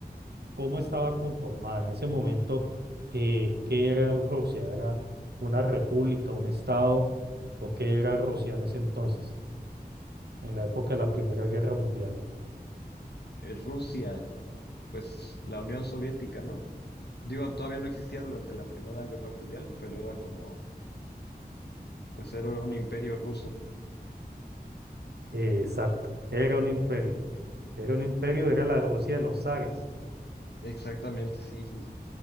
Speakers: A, on the right; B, on the left.
A: cómo estaba conformada en ese momento, eh, qué era Rusia, era una república, un estado, o qué era Rusia en ese entonces, en la época de la Primera Guerra Mundial.
B: eh, Rusia, pues la Unión Soviética, ¿no? Digo, todavía no existía durante la Primera Guerra Mundial, pero era como, pues era un imperio ruso.
A: Eh, exacto, era un imperio, era un imperio, era la Rusia de los zares.
B: Exactamente, sí, sí, sí.